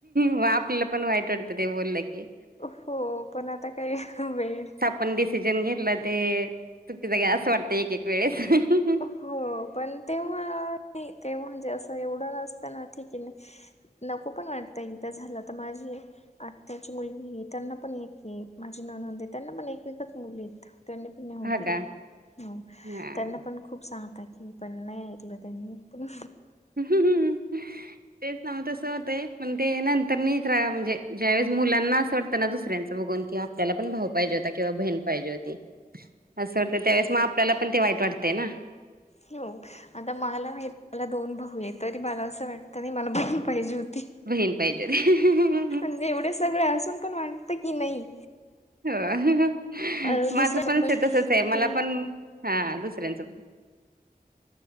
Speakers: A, on the right; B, on the left.
A: म आपलं पण वाईट वाटतं ते बोललं की.
B: हो पण आता काही वेळ
A: पण डीसीजन घेतला ते हे बाई असं वाटतं एक-एक वेळेस.
B: हो पण तेव्हा नाही तेव्हा म्हणजे असं एवढं नसतं ना की नाही नको पण वाटतं एकदा झालं तर माझी आत्याची मुलगी त्यांना पण एक आहे माझी ननंद आहे त्यांना पण एक- एकच मुली आहेत त्यांनी ने होऊ
A: हा
B: दिले
A: का
B: हम्म
A: हा
B: त्याने पण खूप सांगता की पण नाही ऐकलं त्यांनी पण.
A: <unintelligible> तेच ना हो तसं होतय पण ते नंतर नहीच रहावा म्हणजे ज्यावेेळेस मुलांना असं वाट तं त्यांना दुसऱ्यांचं बघून कि आपल्याला पण भाऊ पाहिजे होता किंवा बहीण पाहिजे होती असं वाटतं त्यावेळेस मग आपल्याला पण ते वाईट वाटतय ना.
B: ह्यो आता मला हे मला दोन भाऊ आहे तरी मला असं वाटतं नाही मला बहीण पाहिजे होती.
A: बहीण पाहिजे रे.
B: म्हणजे एवढे सगळे असून पण वाटतं की नाही
A: हो
B: अ, दुसऱ्या
A: माझं पण तसच आहे मला
B: की
A: पण हा दुसऱ्यांचं पण